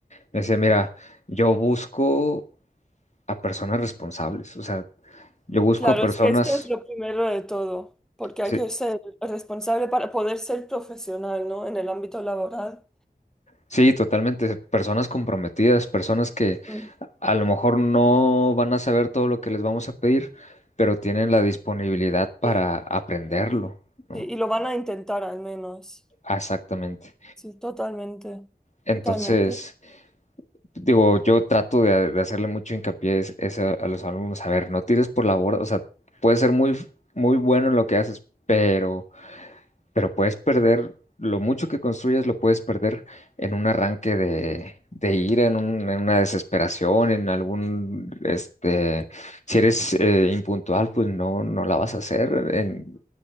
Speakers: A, on the left; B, in the centre.
A: Me decía, mira, yo busco a personas responsables. O sea, Yo busco
B: Claro,
A: a personas,
B: es que esto es lo primero de todo, porque
A: sí,
B: hay que ser responsable para poder ser profesional, ¿no? En el ámbito laboral.
A: sí, totalmente, personas comprometidas, personas que
B: Mm.
A: a lo mejor no van a saber todo lo que les vamos a pedir, pero tienen la disponibilidad para
B: Sí,
A: aprenderlo,
B: sí,
A: ¿no?
B: Y, lo van a intentar al menos.
A: Ah, Exactamente.
B: Sí, totalmente.
A: Entonces,
B: Totalmente.
A: digo, yo trato de, de hacerle mucho hincapié es- es a, a los alumnos, a ver, no tires por la borda, o sea, puedes ser muy, muy bueno en lo que haces, pero Pero puedes perder, lo mucho que construyes lo puedes perder en un arranque de, de ira, en, un- en una desesperación, en algún, este, si eres eh, impuntual, pues no, no la vas a hacer, en,